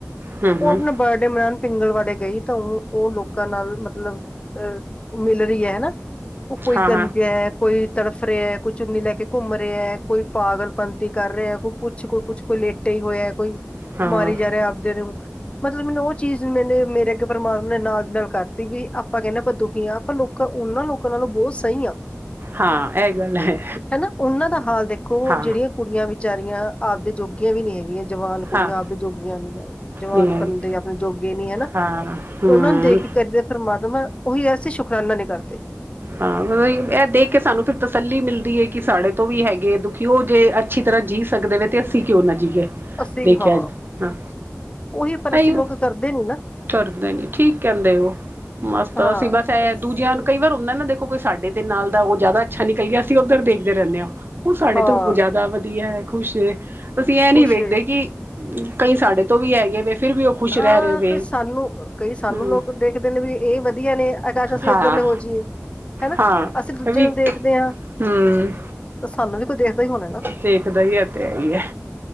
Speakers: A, on the right (about 45°); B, on the left (about 25°).
A: ਹੂੰ
B: ਉਹ
A: ਹੂੰ
B: ਆਪਣਾ ਬਰਡੇ, ਮਨਾਉਣ ਪਿੰਗਲ ਵਾੜੇ ਗਈ। ਤਾਂ ਉਹ, ਉਹ ਲੋਕਾਂ ਨਾਲ ਮਤਲਬ ਅਹ ਮਿਲ ਰਹੀ ਹੈ, ਨਾ ਉਹ ਕੋਈ,
A: ਹਾਂ
B: ਗੰਜ ਰਿਹਾ ਹੈ। ਕੋਈ ਤੜਫਰੇ ਰਿਹਾ ਹੈ। ਕੋਈ ਚੁੰਨੀ ਲੈ ਕੇ ਘੁੰਮਣ ਰਿਹਾ ਹੈ। ਕੋਈ ਪਾਗਲ ਪੰਥੀ ਕਰ ਰਿਹਾ ਹੈ। ਕੋਈ ਕੁਛ, ਕੋਈ ਕੁਛ ਕੋਈ ਲੇਟੇ ਹੀ ਹੋਇਆ। ਕੋਈ
A: ਹਾਂ ਹਾਂ
B: ਮਾਰੀ ਜਾ ਰਿਆ ਹੈ। ਆਪਦੇ ਨੂ ਮਤਲਬ ਮੈਨੂੰ ਉਹ ਚੀਜ਼, ਮੈਨੇ, ਮੇਰੇ ਅੱਗੇ ਪਰਮਾਤਮ ਨੇ, ਨਾਲ ਦੀ ਨਾਲ ਕਰਤੀ ਵੀ। ਆਪਾਂ ਕਹਿੰਦੇ ਆਪਾਂ ਦੁਖੀ ਆਂ। ਆਪਾਂ ਲੋਕਾਂ। ਉਹਨਾਂ ਲੋਕਾਂ ਨਾਲੋਂ, ਬਹੁਤ ਸਹੀ ਆ।
A: ਹਾਂ। ਇਹ ਗੱਲ ਹੈ।
B: ਹਨਾ ਉਹਨਾਂ ਦਾ ਹਾਲ ਦੇਖੋ।
A: ਹਾਂ
B: ਜਿਹੜੀਆਂ ਕੁੜੀਆਂ ਵਿਚਾਰੀਆਂ, ਆਪਦੇ ਜੋਗੀਆਂ ਵੀ, ਨਹੀਂ ਹੈਗੀਆਂ। ਜਵਾਨ ਕੁੜੀਆਂ,
A: ਹਾਂ
B: ਆਪ ਵੀ ਜੋਗੀਆਂ ਨੀ। ਜਵਾਨ
A: ਨਹੀਂ ਹੈਗੀ
B: ਬੰਦੇ ਆਪਣੇ, ਜੋਗੇ ਨੀ ਹਨਾ।
A: ਹਾਂ ਹੂੰ
B: ਉਹਨਾਂ ਨੂੰ ਦੇਖ ਕੇ ਕਰੀਦੇ। ਪਰਮਾਤਮਾ ਉਹੀ, ਅਸੀ ਸ਼ੁਕਰਾਨਾ ਨੀ ਕਰਦੇ।
A: ਹਾਂ, ਮਤਤਬ ਇਹ ਦੇਖ ਕੇ, ਸਾਨੂੰ ਫੇਰ ਤਸੱਲੀ ਮਿਲਦੀ ਹੈ। ਕਿ ਸਾਡੇ ਤੋਂ ਵੀ, ਹੈਗੇ ਦੁਖੀ। ਹੋ ਜੇ ਅੱਛੀ ਤਰ੍ਹਾਂ ਜੀਅ ਸਕਦੇ ਵੇ, ਤੇ ਅਸੀਂ ਕਿਉਂ ਨਾ ਜੀਏ
B: ਅਸੀਂ
A: ਦੇਖਿਆ
B: ਹਾਂ
A: ਹਾਂ
B: ਉਹੀ ਪਰ
A: ਏ
B: ਅਸੀਂ
A: ਹੀ ਹੋ
B: ਲੋਕ ਕਰਦੇ ਨੀ ਨਾ
A: ਕਰਦੇ ਨੇ, ਠੀਕ ਕਹਿੰਦੇ ਉਹ। ਮਸਤ,
B: ਹਾਂ
A: ਅਸੀਂ ਬਸ ਇਹ
B: ਅਸੀਂ
A: ਦੂਜਿਆਂ ਨੂੰ ਕਹੀ ਹੁੰਦਾ ਨਾ ਦੇਖੋ ਕੋਈ ਸਾਡੇ ਦੇ ਨਾਲ ਦਾ ਉਹ ਜ਼ਿਆਦਾ ਅੱਛਾ ਨਿਕਲ ਗਿਆ, ਅਸੀਂ ਉੱਧਰ ਦੇਖਦੇ ਰਹਿੰਦੇ ਹਾਂ। ਉਹ ਸਾਡੇ
B: ਹਾਂ
A: ਤੋਂ ਜ਼ਿਆਦਾ ਵਧੀਆ ਖੁਸ਼ ਏ, ਅਸੀਂ ਇਹ ਨੀ
B: ਖੁਸ਼
A: ਵੇਖਦੇ
B: ਏ
A: ਕਿ ਕਈ ਸਾਡੇ, ਤੋਂ ਵੀ ਹੈਗੇ ਨੇ। ਫੇਰ ਵੀ ਖੁਸ਼
B: ਆਹ।
A: ਰਹਿ ਰਹੇ ਵੇ।
B: ਕੋਈ ਸਾਨੂੰ ਕਈ ਸਾਨੂੰ
A: ਹੂੰ
B: ਲੋਕ ਦੇਖਦੇ ਨੇ ਵੀ ਇਹ ਵਧੀਆ ਨੇ, ਕਾਸ਼ ਅਸੀਂ
A: ਹਾਂ
B: ਇੱਦਾਂ ਦੇ ਹੋ ਜਾਈਏ। ਹੈਨਾ
A: ਹਾਂ
B: ਅਸੀਂ ਦੂਜਿਆਂ
A: ਇਹ ਵੀ
B: ਨੂੰ ਦੇਖਦੇ ਹਾਂ, ਤਾਂ
A: ਹੂੰ
B: ਸਾਨੂੰ ਵੀ ਕੋਈ ਦੇਖਦਾ ਹੀ ਹੋਣਾ ਨਾ।
A: ਦੇਖਦਾ ਹੀ ਹੈ, ਏ ਤੇ ਹੈ ਹੀ ਹੈ।